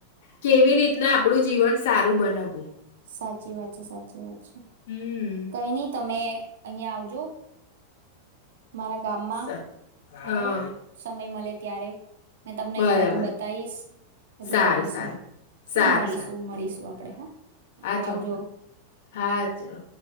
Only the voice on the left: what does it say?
કેવી રીતના આપડું જીવન સારું બનાવવું?
હમ્મ.
સા
હા,
બરાબર.
સારું,
સારું. સારું,
સારું.
હા, ચોક્કસ
હા ચાલો.